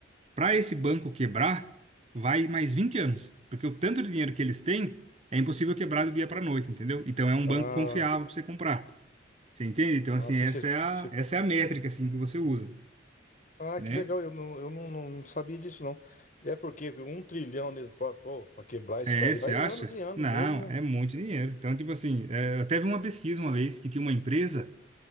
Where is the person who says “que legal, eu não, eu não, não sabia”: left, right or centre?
Left